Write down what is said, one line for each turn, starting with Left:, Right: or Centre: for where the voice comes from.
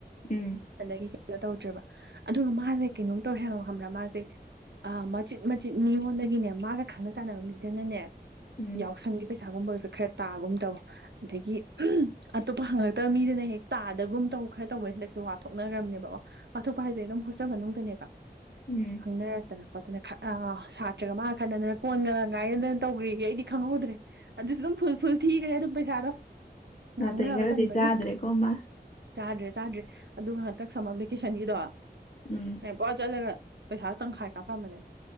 Left: ꯎꯝ
Right: ꯑꯗꯒꯤ ꯀꯩꯅꯩꯅꯣ ꯇꯧꯗ꯭ꯔꯦꯕ ꯑꯗꯨꯒ ꯃꯥꯁꯦ ꯀꯩꯅꯣꯝ ꯇꯧꯋꯦ ꯍꯥꯏꯉꯣ ꯈꯕ꯭ꯔꯥ ꯃꯥꯁꯦ ꯑ ꯃꯆꯤꯠ ꯃꯆꯤꯠ ꯃꯤꯉꯣꯟꯗꯒꯤꯅꯦ ꯃꯥꯒ ꯈꯪꯅ ꯆꯥꯟꯅꯕ ꯃꯤꯗꯅꯅꯦ
Left: ꯎꯝ
Right: ꯌꯥꯎꯁꯪꯒꯤ ꯄꯩꯁꯥꯒꯨꯝꯕꯁꯨ ꯈꯔ ꯇꯥꯒꯨꯝ ꯇꯧ ꯑꯗꯒꯤ ꯑꯇꯣꯞꯄ ꯍꯪꯉꯛꯇꯕ ꯃꯤꯗꯅ ꯍꯦꯛ ꯇꯥꯗꯕꯒꯨꯝ ꯇꯧ ꯈꯔ ꯇꯧꯕ ꯍꯟꯗꯛꯁꯨꯦ ꯋꯥꯊꯣꯛꯅꯈ꯭ꯔꯕꯅꯦꯕ ꯑꯣ ꯋꯥꯊꯣꯛꯄ ꯍꯥꯏꯁꯦ ꯑꯗꯨꯝ ꯍꯣꯁꯇ ꯃꯅꯨꯡꯗꯅꯦꯕ
Left: ꯎꯝ
Right: ꯈꯪꯅꯔꯛꯇꯅ ꯈꯣꯠꯇꯅ ꯑ ꯁꯥꯇ꯭ꯔꯒ ꯃꯥꯒ ꯈꯠꯅꯗꯅ ꯀꯣꯟꯒꯪ ꯉꯥꯏꯅꯗꯅ ꯇꯧꯈ꯭ꯔꯤꯒꯦ ꯑꯩꯗꯤ ꯈꯪꯍꯧꯗ꯭ꯔꯦ ꯑꯗꯨꯁꯨ ꯑꯗꯨꯝ ꯐꯨ ꯐꯨꯜ ꯊꯤꯈ꯭ꯔꯦ ꯑꯗꯨꯝ ꯄꯩꯁꯥꯗꯣ
Left: ꯅꯥꯇꯩ
Right: ꯉꯥꯡꯅꯕ
Left: ꯈꯔꯗꯤ
Right: ꯇꯟꯕꯒꯤ
Left: ꯆꯥꯗ꯭ꯔꯦꯀꯣ ꯃꯥ
Right: ꯆꯥꯗ꯭ꯔꯦ ꯆꯥꯗ꯭ꯔꯔꯤ ꯑꯗꯨꯒ ꯉꯍꯥꯛꯇ ꯁꯝꯃꯔ ꯚꯦꯀꯦꯁꯟꯒꯤꯗꯣ
Left: ꯎꯝ
Right: ꯄꯣ ꯆꯠꯂꯒ ꯄꯩꯁꯥ ꯇꯪꯈꯥꯏꯒ ꯄꯝꯕꯅꯦ